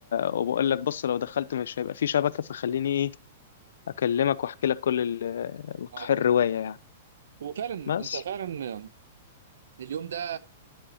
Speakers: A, on the left; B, on the right.
A: وبقول لك بص لو دخلت مش هيبقى في شبكة فخليني ايه اكلمك واحكي لك كل ال- الق-
B: اه
A: الرواية يعني
B: وفعلا
A: بس
B: انت فعلا اليوم ده